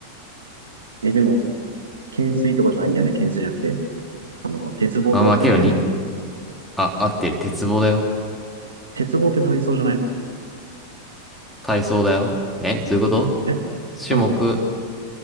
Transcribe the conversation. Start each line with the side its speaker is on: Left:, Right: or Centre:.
Right: え、でも、懸垂とかじゃないんだよね。懸垂じゃなくて。あの、鉄棒とかじゃないんだよね。
Centre: まあ、まあ、けどに、あ、合ってる。鉄棒だよ。
Right: 鉄棒って体操じゃないの
Centre: 体操だよ。え、どういうこと
Right: えうん。
Centre: 種目、